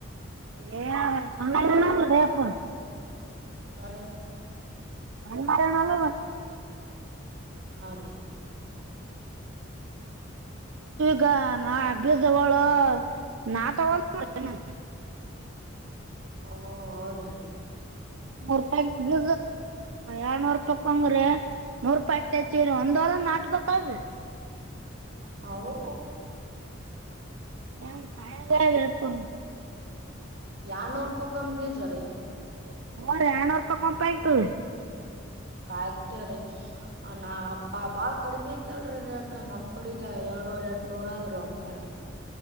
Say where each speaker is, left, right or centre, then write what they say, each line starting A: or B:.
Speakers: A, on the right; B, on the right.
A: <unintelligible>
B: ಆ್ರ <unintelligible>
A: ನನ್ ಮರನಲ್ಲ <inaudible>
B: ಆ <unintelligible>
A: ಗ ನಾ ಅಭ್ಯಾಸಗಳ ನಾ ತಗ <unintelligible>
B: ಅ ಹೌದ್ರಿ
A: ನೂರ್ ರೂಪಾಯ ಬ್ದು ಎರ್ನೂರ್ ರೂಪಾಯಕ್ಂಗ್ರಿ ನೂರ್ ರೂಪಾಯಿ ಆಗ್ತಾತಿೀವ ರೀ ಒಂದ್ ಅಲ ನಾಟ್ಬೇಕಾವ್ರೀ
B: ಹವು
A: ಹ ಸಾಯಂಕಾಲ ಎಳಪರ
B: ಎಡ್ನೂರು ರೂಪಾಯ್ಕಂಡ ಬೀಜರಿೀ
A: ಹೋರಿ ಆರ್ನೂರು ರೂಪಾಯಿ ಕೊಂಪ ಆಯ್ತದೀ
B: ಬ ಆಕಟ್ಟ್ರೀ ನಾ ಬಾಳ್ ಕಡಿಮೆ ಐತಲ್ರಿೀ ರೇಟ್ ನಮ್ ಕಡಗ ಅವರು ಎ ನೂರ್್ಯಾಕೆಟ್